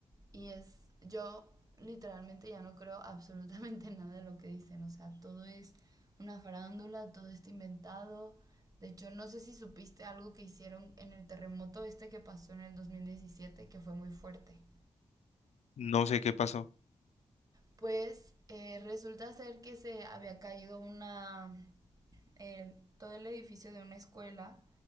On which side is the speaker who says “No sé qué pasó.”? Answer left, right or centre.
Left